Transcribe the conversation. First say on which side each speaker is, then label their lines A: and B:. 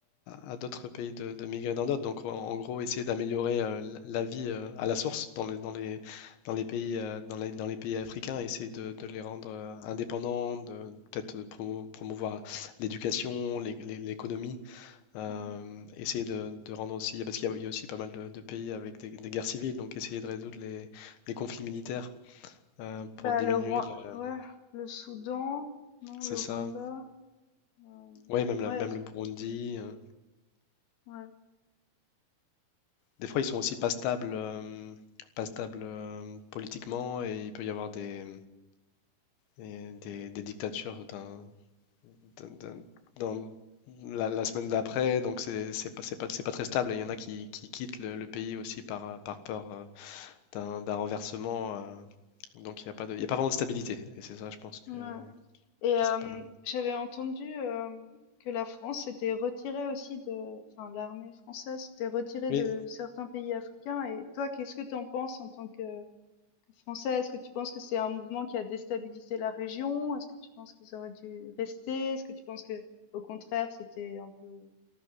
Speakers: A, on the left; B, on the left.
A: à- à d'autres pays de, de migrer dans d'autres. Donc, en, en gros, essayer d'améliorer euh, l- la vie euh, à la source dans les, dans les, dans les pays, euh, dans les, dans les pays africains. Essayer de, de les rendre euh, indépendants, de peut-être de promo- promouvoir l'éducation, l'é- l'é- l'économie. Euh,
B: Mhm.
A: essayer de, de rendre aussi, parce qu'il y, a il y a aussi pas mal de, de pays avec des, des guerres civiles, donc essayer de résoudre les, les conflits militaires euh, pour
B: Bah
A: diminuer,
B: le Roi,
A: le-
B: ouais, le Soudan, non,
A: c'est
B: le
A: ça.
B: Rwanda, euh,
A: Ouais, même,
B: ouais,
A: la- même le Burundi. euh,
B: ouais,
A: des fois, ils sont aussi pas stables, euh, pas stables euh, politiquement, et il peut y avoir des, et des, des dictatures d'un, d'un- d'un- dans la, la semaine d'après, donc c'est c'est pas, c'est pas, c'est pas très stable. et Il y en a qui, qui quittent le, le pays aussi par, euh, par peur. euh, d'un d'un renversement. euh, donc il n'y a pas de, il y a pas vraiment de stabilité. Et c'est ça, je pense, que,
B: ouais. Et hem,
A: qui serait pas mal.
B: j'avais entendu, hem, que la France s'était retirée aussi de enfin l'armée française s'était retirée
A: Oui,
B: de certains pays africains et toi, qu'est-ce que tu en penses en tant que que Français? Est-ce que tu penses que c'est un mouvement qui a déstabilisé la région? Est-ce que tu penses qu'ils auraient dû rester? Est-ce que tu penses que, au contraire, c'était un peu